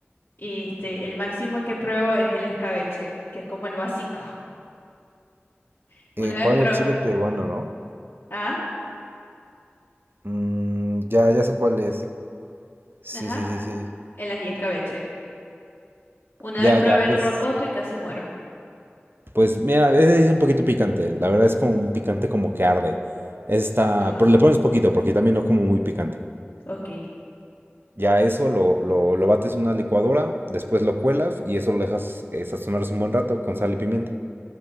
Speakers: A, on the left; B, on the right.
A: Este, el máximo que pruebo es el escabeche, que es como el básico. <laughs> Una
B: Eh,
A: vez
B: ¿cuál
A: probé...
B: es el chile peruano, no?
A: Ah,
B: Mm, ya, ya sé cuál es. Sí,
A: ajá,
B: sí, sí, sí.
A: el ají escabeche. Una
B: Ya,
A: vez probé
B: ya,
A: el
B: pues,
A: rocoto y casi muero.
B: pues mira, a veces es un poquito picante. La verdad es como un picante como que arde. Está,
A: Ajá,
B: pero le pones poquito porque también no como muy picante.
A: ok,
B: Ya eso lo, lo, lo bates en una licuadora, después lo cuelas y eso lo dejas eh, sazonarse un buen rato con sal y pimienta.